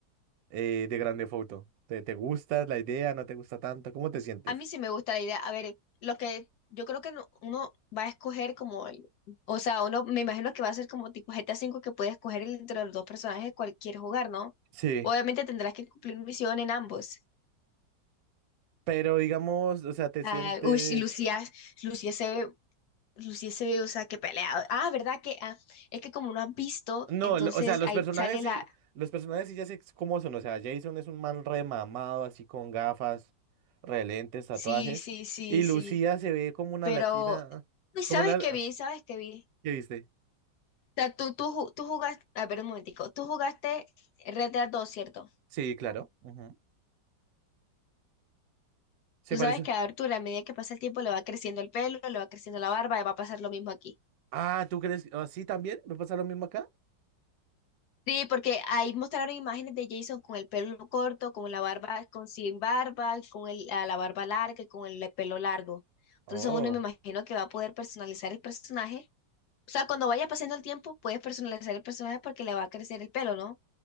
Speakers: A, on the right; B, on the left.
A: eh, de Grande Foto? ¿Te, te gusta la idea? ¿No te gusta tanto? ¿Cómo te sientes?
B: A mí sí me gusta la idea. A ver, lo que yo creo que no- uno va a escoger como el, o sea, uno me imagino que va a ser como tipo GTA cinco que puede escoger el- entre los dos personajes cualquier jugar, ¿no?
A: Sí,
B: Obviamente tendrás que cumplir misión en ambos.
A: pero digamos, o sea, te
B: Ah,
A: sientes...
B: uy, sí, Lucía, Lucía se ve, Lucía se ve, o sea, que pelea. Ah, ¿verdad? Que ah, es que como no has visto,
A: No,
B: entonces
A: lo- o sea, los
B: ahí
A: personajes
B: sale
A: sí,
B: la.
A: los personajes sí ya sé cómo son. O sea, Jason es un man remamado, así con gafas, relentes, tatuajes.
B: Sí, sí, sí,
A: Y
B: sí.
A: Lucía se ve como una
B: Pero,
A: latina,
B: uy, ¿sabes
A: como una...
B: qué vi? ¿Sabes qué vi?
A: ¿Qué viste?
B: sea, tú, tú, ju- tú jugaste, a ver un momentico, tú jugaste Red Dead dos ¿cierto?
A: Sí, claro. ujú. Se
B: Tú
A: parece.
B: sabes que a Arturo, a medida que pasa el tiempo, le va creciendo el pelo, le va creciendo la barba, y va a pasar lo mismo aquí.
A: Ah, ¿tú crees? ¿Ah, sí, también? ¿Me pasa lo mismo acá?
B: Sí, porque ahí mostraron imágenes de Jason con el pelo corto, con la barba, con sin barba, con el, a la barba larga y con el pelo largo. Entonces
A: Oh.
B: uno me imagino que va a poder personalizar el personaje. O sea, cuando vaya pasando el tiempo, puedes personalizar el personaje porque le va a crecer el pelo, ¿no?